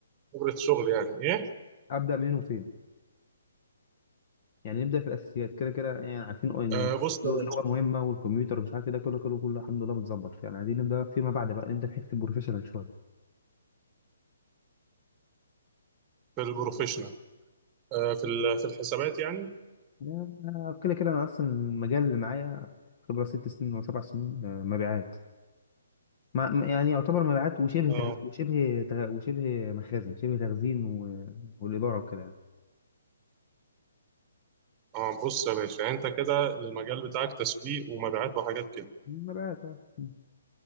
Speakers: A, on the right; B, on the left.
A: خبره شغل يعني ايه
B: ابدا منين وفين يعني نبدا في الاساسيات كده كده يعني عارفين ان
A: أه بص
B: اللغه
A: يا باشا
B: مهمه والكمبيوتر ومش عارف إيه ده كله كله كله الحمد لله متظبط يعني عايزين نبدا فيما بعد بقى نبدا في حته البروفيشنال شويه
A: في البروفيشنال آه، في ال- في الحسابات يعني
B: آه، كده كده انا اصلا المجال اللي معايا خبره ست سنين ولا سبع سنين آه، مبيعات ما ما- يعني يعتبر مبيعات وشبه
A: اه
B: تغ... وشبه تغ... وشبه مخازن شبه تخزين و... والاداره وكده يعني
A: اه بص يا باشا انت كده المجال بتاعك تسويق ومبيعات وحاجات كده
B: مبيعات اه مم.